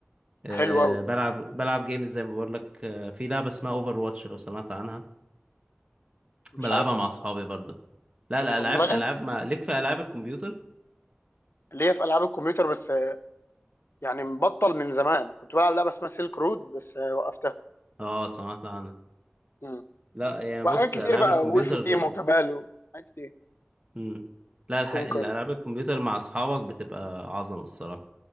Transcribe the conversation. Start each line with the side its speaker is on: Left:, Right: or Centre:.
Right: آه،
Left: حلو قوي
Right: بلعب بلعب جيمز زي ما بقول لك آه، في لعبة اسمها اوفر واتش لو سمعت عنها
Left: مش
Right: بلعبها
Left: عارفها
Right: مع
Left: بصراحه
Right: اصحابي برضه لا لا
Left: اونلاين
Right: العاب العاب ما ليك في العاب الكمبيوتر
Left: اللي هي في العاب الكمبيوتر بس آه، يعني مبطل من زمان كنت بلعب لعبه اسمها سيلك رود بس آه، وقفتها
Right: اه سمعت عنها
Left: مم.
Right: لا يعني
Left: وحاجات
Right: بص
Left: كتير
Right: العاب
Left: بقى
Right: الكمبيوتر
Left: وولف تيم وكبال وحاجات كتير
Right: مم. لا الح...
Left: كونكر
Right: الالعاب الكمبيوتر مع اصحابك بتبقى عظمة الصراحة